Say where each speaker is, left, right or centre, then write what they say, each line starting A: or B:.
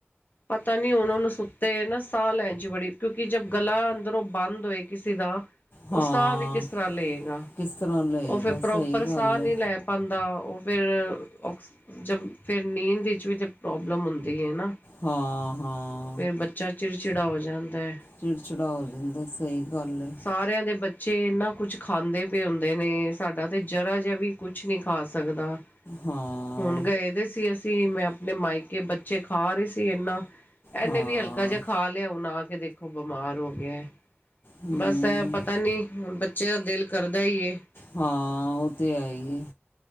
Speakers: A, on the left; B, on the left.
A: ਪਤਾ ਨੀ ਉਹ ਉਹਨ ਨੂੰ ਸੁੱਤੇ ਨਾ ਸਾਹ ਲੈਣ ਜ ਬੜੀ ਕਿਉਂਕਿ ਜਦ ਗਲਾ ਅੰਦਰੋਂ ਬੰਦ ਹੋਏ ਕਿਸੇ ਦਾ ਤਾਂ ਬੋਲਣ ਚ ਦਿੱਕਤ ਹੁੰਦੀ ਆ।
B: ਹਾਂ
A: ਉਹ ਸਾਹ ਵੀ ਕਿਸ ਤਰ੍ਹਾਂ ਲਏਗਾ
B: ਕਿਸ ਤਰ੍ਹਾਂ ਲਏਗਾ
A: ਉਹ ਫਿਰ ਪ੍ਰੋਪਰ
B: ਸਹੀ ਗੱਲ
A: ਸਾਹ ਨਹੀਂ
B: ਏ
A: ਲੈ ਪੈਂਦਾ। ਪਾਉਂਦਾ ਉਹ ਫਿਰ ਔਕਸ ਜ ਫਿਰ ਨੀਂਦ ਵਿੱਚ ਵੀ ਤਾਂ ਪ੍ਰੋਬਲਮ ਹੁੰਦੀ ਹੈ ਨਾ
B: ਹਾਂ ਹਾਂ ਆ।
A: ਫਿਰ ਬੱਚਾ ਚਿੜਚਿੜਾ ਹੋ ਜਾਂਦਾ ਹੈ। ਹਾਂਜੀ।
B: ਚਿੜਚਿੜਾ ਹੋ ਜਾਂਦਾ ਸਹੀ ਗੱਲ। ਹਾਂਜੀ।
A: ਸਾਰਿਆਂ ਦੇ ਬੱਚੇ ਚੇ ਇਨਾਂ ਕੁਛ ਖਾਂਦੇ ਪੇ ਹੁੰਦੇ ਨੇ ਸਾਡਾ ਤੇ ਜਰਾ ਜਿਹਾ ਵੀ ਕੁਛ ਨੀ ਖਾ ਸਕਦਾ। ਹਾਂਜੀ।
B: ਹਾਂ।
A: ਹੁਣ ਗਏ ਦੇ ਸੀ ਅਸੀਂ, ਮੈਂ ਆਪਣੇ ਮਾਇਕੇ ਬੱਚੇ ਖਾ ਰਹੀ ਸੀ ਇਹਨਾਂ ਇਹਨੇ
B: ਹਾਂ
A: ਵੀ ਹਲਕਾ ਜਿਹਾ ਖਾ ਲਿਆ। ਹੁਣ ਆ ਕੇ ਦੇਖੋ ਬਿਮਾਰ ਹੋ ਗਿਆ ਏ।
B: ਹੂੰ
A: ਬਸ ਏ ਪਤਾ ਨੀ ਹੁਣ ਬੱਚੇ ਦਾ ਦਿਲ ਕਰਦਾ ਇ ਏ
B: ਹਾਂ, ਉਹ ਤੇ ਹੈ ਈ ਏ।